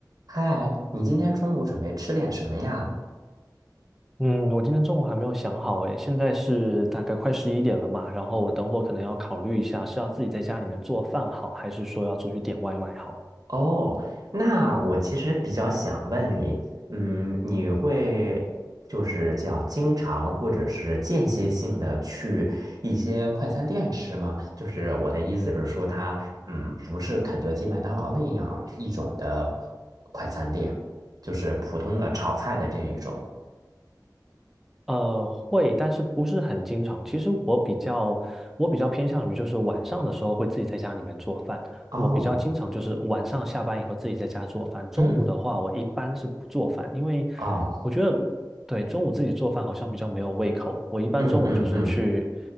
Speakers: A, on the right; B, in the centre.
A: 嗨，你今天中午准备吃点什么呀？
B: 嗯，我今天中午还没有想好诶，现在是大概快十一点了嘛，然后我等会儿可能要考虑一下，是要自己在家里面做饭好，还是说要出去点外卖好？
A: 哦，那我其实比较想问你，嗯，你会就是叫经常或者是间歇性的去一些快餐店吃吗？就是我的意思是说它，嗯，不是肯德基、麦当劳那样一种的快餐店，就是普通的炒菜的这一种。
B: 呃，会，但是不是很经常。其实我比较，我比较偏向于就是晚上的时候会自己在家里面做饭。
A: 哦，
B: 我比较经常就是晚上下班以后自己在家做饭。中午的话，
A: 嗯，
B: 我一般是不做饭，因为
A: 哦，
B: 我觉得对中午自己做饭好像比较没有胃口。我一般中午就是去，
A: 嗯嗯嗯。